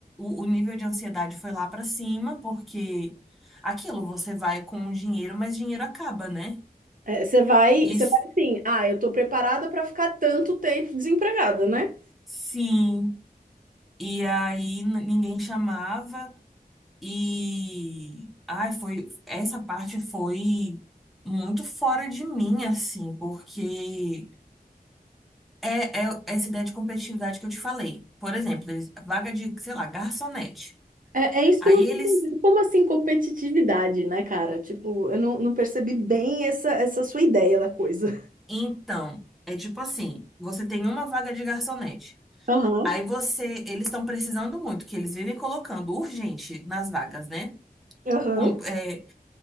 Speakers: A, in the centre; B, on the right (about 60°).
A: o, o nível de ansiedade foi lá pra cima, porque aquilo, você vai com o dinheiro, mas dinheiro acaba, né?
B: É, você vai,
A: E
B: você
A: s-
B: vai assim, ah, eu tô preparada para ficar tanto tempo desempregada, né?
A: sim. E aí n- ninguém chamava. E ai, foi essa parte foi muito fora de mim, assim, porque É, é essa ideia de competitividade que eu te falei. Por exemplo, eles, vaga de, sei lá, garçonete.
B: É, é isso
A: Aí
B: que eu não tenho
A: eles,
B: entendido. Como assim competitividade, né, cara? Tipo, eu não, não percebi bem essa, essa sua ideia da coisa.
A: então, é tipo assim, você tem uma vaga de garçonete.
B: Aham,
A: Aí você, eles estão precisando muito, que eles vivem colocando urgente nas vagas, né?
B: aham.
A: Com- é,